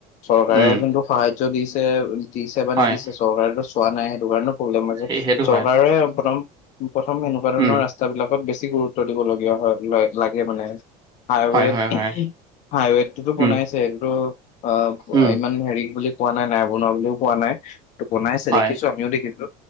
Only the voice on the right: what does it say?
উম
হয়
সেই সেইটো
হয়
উম
হয় হয় হয়
উম
উম
হয়